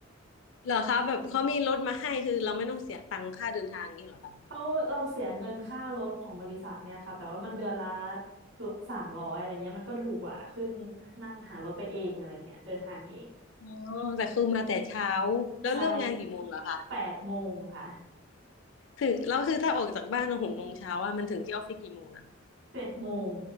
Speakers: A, on the left (about 75°); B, on the right (about 85°).
A: เหรอคะแบบเขามีรถมาให้คือเราไม่ต้องเสียตังค่าเดินทางนี้เหรอคะ
B: เขาเราเสียเงินค่ารถของบริษัทเนี่ยค่ะแต่ว่ามันเดือนละสามร้อยอะไรเงี้ยมันก็ถูกกว่าขึ้นนั่งหารถไปเองอะไรเงี้ยเดินทางเอง
A: อ๋อแต่คือมาแต่เช้า แล้วเริ่มงานกี่โมงเหรอคะ
B: ใช่แปดโมงค่ะ
A: ถึงเราคือถ้าออกจากบ้านหกโมงเช้าอ่ะมันถึงที่ออฟฟิศกี่โมงอ่ะ
B: เจ็ดโมง